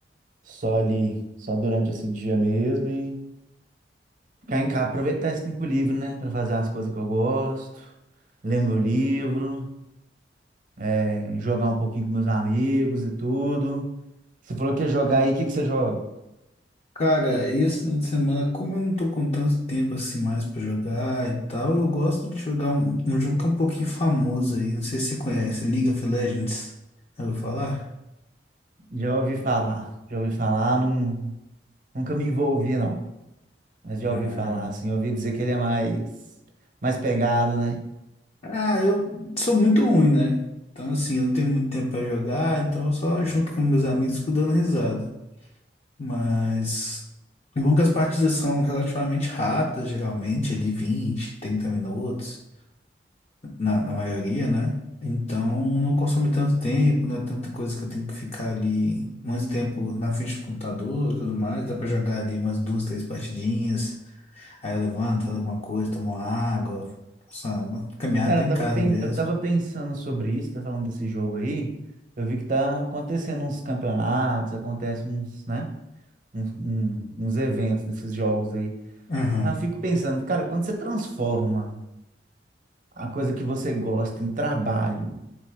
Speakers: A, on the right; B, on the left.
A: Só ali, só durante esse dia mesmo e ficar em casa, aproveitar esse tempo livre, né, Pra fazer as coisas que eu gosto, ler meu livro, eh, jogar um pouquinho com meus amigos e tudo. Você falou que ia jogar aí, o que que você joga?
B: Cara, e esse final de semana, como eu não tô com tanto tempo assim mais pra jogar e tal, eu gosto de jogar um, um jogo que é um pouquinho famoso aí, não sei se você conhece, League of Legends. Já ouviu falar?
A: Já ouvi falar, já ouvi falar, não, nunca me envolvi não, mas já
B: Ah,
A: ouvi falar, assim, ouvi dizer que ele é mais, mais pegado, né?
B: Ah, eu sou muito ruim, né? Então, assim, eu não tenho muito tempo pra jogar, então eu só junto com meus amigos fico dando risada. Mas é bom é que as partidas são relativamente rápidas, geralmente, ali 20, 30 minutos. na, na maioria, né? Então não consome tanto tempo, não é tanta coisa que eu tenho que ficar ali muito tempo na frente do computador e tudo mais. Dá pra jogar ali umas duas, três partidinhas. Aí eu levanto, faço alguma coisa, tomo uma água, faço uma caminhada
A: Cara,
B: até
A: eu
B: em
A: tava,
B: casa
A: pen-
B: mesmo.
A: eu tava pensando sobre isso, tá falando desse jogo aí, eu vi que tá acontecendo uns campeonatos, acontece uns, né? um- um- uns eventos desses jogos aí.
B: Aham.
A: Aí eu fico pensando, cara, quando você transforma a coisa que você gosta em trabalho,